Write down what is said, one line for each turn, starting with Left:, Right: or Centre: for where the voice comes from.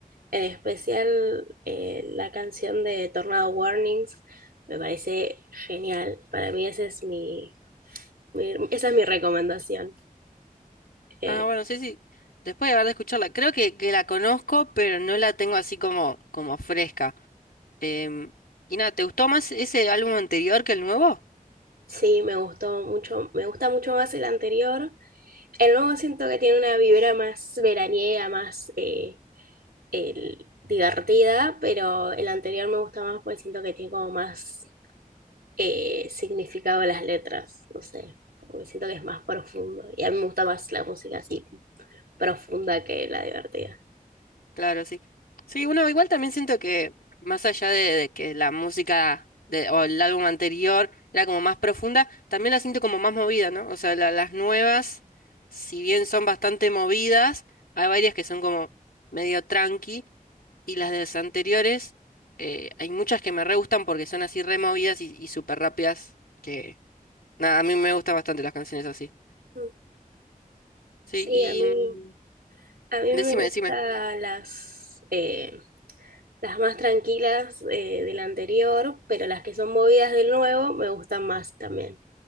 Right: en especial eh, la canción de Tornado Warnings me parece genial. Para mí esa es mi, mi- esa es mi recomendación. eh,
Left: Ah, bueno, sí, sí. Después de haber de escucharla, creo que, que la conozco, pero no la tengo así como, como fresca. Em, y nada, ¿te gustó más ese álbum anterior que el nuevo?
Right: Sí, me gustó mucho, me gusta mucho más el anterior. El nuevo siento que tiene una vibra más veraniega, más eh, el- divertida, pero el anterior me gusta más porque siento que tiene como más eh, significado las letras, no sé, como que siento que es más profundo. Y a mí me gusta más la música así profunda que la divertida.
Left: Claro, sí. Sí, bueno, igual también siento que más allá de, de que la música de, o el álbum anterior era como más profunda, también la siento como más movida, ¿no? O sea, la- las nuevas, si bien son bastante movidas, hay varias que son como medio tranqui y las de las anteriores, eh, hay muchas que me re gustan porque son así re movidas y, y súper rápidas, que nada, a mí me gustan bastante las canciones así.
Right: Mm.
Left: Sí,
Right: Sí,
Left: y
Right: a mí,
Left: mm,
Right: a mí
Left: decime,
Right: me gustan
Left: decime.
Right: las, eh, Las más tranquilas eh, del anterior, pero las que son movidas del nuevo me gustan más también.